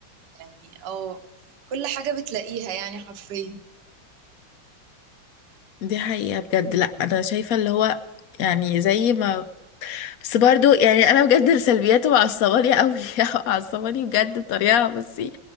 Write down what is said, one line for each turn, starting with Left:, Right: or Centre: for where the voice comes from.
Right: يعني اه كل حاجة بتلاقيها يعني حرفيا
Left: دي حقيقة بجد لا انا شايفة اللي هو يعني زي ما بس برضو يعني انا بجد سلبياته معصباني قوي <laughs> معصباني بجد بطريقة بصي